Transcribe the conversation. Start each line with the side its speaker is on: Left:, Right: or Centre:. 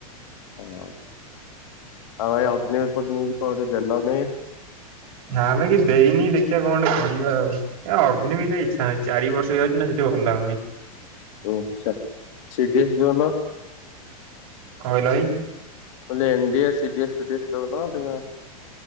Left: ହଁ ଆଉ ଭାଇ ଅଗ୍ନିବୀର୍ ତ ନ୍ୟୁଜ୍ କଣ ଗୋଟେ ଦେଲନି।
Right: ନାମେ କି ଦେଇନି ଦେଖ୍ୟା କଣ ଗୋଟେ କରିବା ଆଉ। ଏ ଅଗ୍ନିବିରେ ଇଛାନାହିଁ ଚାରି ବର୍ଷ ହେଇଯାଉଚି ନା ସେଠି ଭଲଲାଗୁନି।
Left: ହୁଁ ସା ସିଡିଏଫ୍ ଦୋଉନ।
Right: କଣ କହିଲ ଭାଇ।
Left: କହିଲି ଏନଡିଏ ସିଡ଼ିଏ ଫିଡ଼ିଏଫ୍ ଦୋଉନ ଦେଖି ଆ।